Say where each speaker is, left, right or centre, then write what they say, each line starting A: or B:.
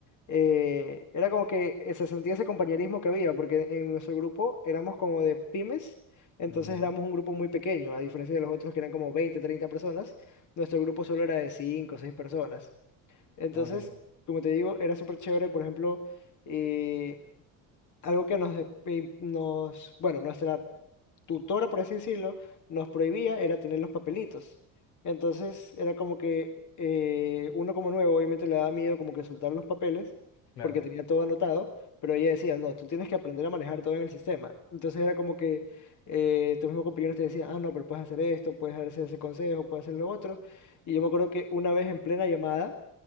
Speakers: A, on the left (about 45°); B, on the left (about 80°).
A: eh, era como que eh, se sentía ese compañerismo que había, porque en nuestro grupo éramos como de pymes, entonces
B: Mm,
A: éramos un grupo muy pequeño, a diferencia de los otros que eran como 20 30 personas, nuestro grupo solo era de 5, 6 personas. Entonces,
B: ah, ok,
A: como te digo, era súper chévere, por ejemplo, eh, algo que nos, de- eh, nos, bueno, nuestra tutora, por así decirlo, nos prohibía era tener los papelitos. Entonces era como que eh, uno como nuevo obviamente le daba miedo como que soltar los papeles
B: claro.
A: porque tenía todo anotado, pero ella decía, no, tú tienes que aprender a manejar todo en el sistema. Entonces era como que eh, tus mismos compañeros te decían, ah, no, pero puedes hacer esto, puedes hacer ese consejo, puedes hacer lo otro. Y yo me acuerdo que una vez en plena llamada